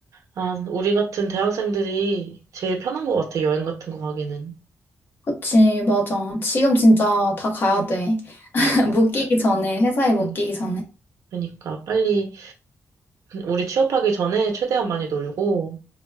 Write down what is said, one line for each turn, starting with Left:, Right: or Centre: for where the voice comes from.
Right: 아, 우리 같은 대학생들이 제일 편한 것 같아. 여행 같은 거 가기는.
Left: 그치, 맞아.
Right: 응,
Left: 지금 진짜 다 가야
Right: 응,
Left: 돼.
Right: 맞아.
Left: 못 끼기 전에, 회사에 못
Right: 응.
Left: 끼기 전에.
Right: 그러니까 빨리 우리 취업하기 전에 최대한 많이 놀고